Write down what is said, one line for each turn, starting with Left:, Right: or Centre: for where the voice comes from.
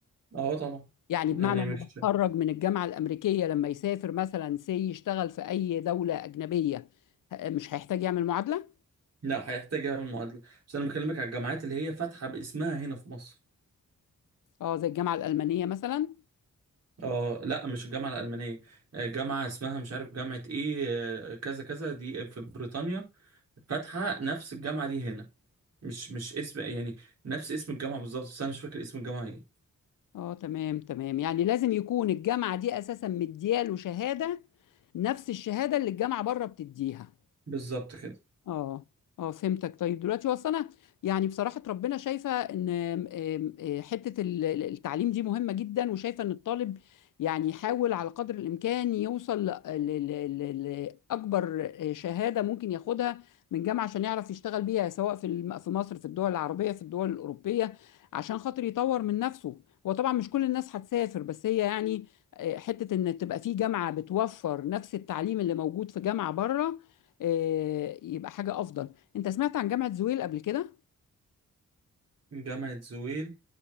Right: اه طبعا
Left: يعني
Right: يعني
Left: بمعنى انه
Right: مش
Left: متخرج من الجامعه الامريكيه لما يسافر مثلا سي يشتغل في اي دوله اجنبيه ه- مش هيحتاج يعمل معادله
Right: لا هيحتاج يعمل معادلة بس أنا بكلمك على الجامعات اللي هي فاتحة باسمها هنا في مصر
Left: اه زي الجامعه الالمانيه مثلا
Right: اه لا مش الجامعة الألمانية آه، جامعة اسمها مش عارف جامعة ايه آه، كذا كذا دي في بريطانيا فاتحة نفس الجامعة دي هنا مش مش اسم يعني نفس اسم الجامعة بالظبط بس أنا مش فاكر اسم الجامعة ايه
Left: اه تمام تمام يعني لازم يكون الجامعه دي اساسا مدياله شهاده نفس الشهاده اللي الجامعه بره بتديها
Right: بالظبط كده
Left: اه اه فهمتك طيب دلوقتي هو أصل انا يعني بصراحه ربنا شايفه ان آم، آم، آه، حته ال- ال- التعليم دي مهمه جدا وشايفه ان الطالب يعني يحاول على قدر الامكان يوصل ل- ل- ل- ل- لاكبر شهاده ممكن ياخدها من جامعه عشان يعرف يشتغل بيها سواء في الم- في مصر في الدول العربيه في الدول الاوروبيه عشان خاطر يطور من نفسه هو طبعا مش كل الناس هتسافر بس هي يعني آه، حته ان تبقى في جامعه بتوفر نفس التعليم اللي موجود في جامعه بره آه، يبقى حاجة أفضل أنت سمعت عن جامعة زويل قبل كده؟
Right: جامعة زويل